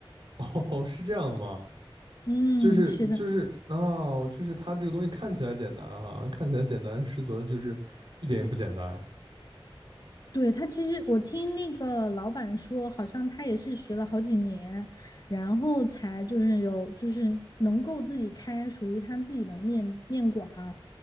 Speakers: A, on the right; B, on the left.
A: 哦，是这样的吗？
B: 嗯，
A: 就是就是哦，
B: 是的，
A: 就是它这个东西看起来简单啊，看起来简单，实则就是一点也不简单
B: 对，他其实我听那个老板说，好像他也是学了好几年，然后才就是有就是能够自己开属于他自己的面面馆儿，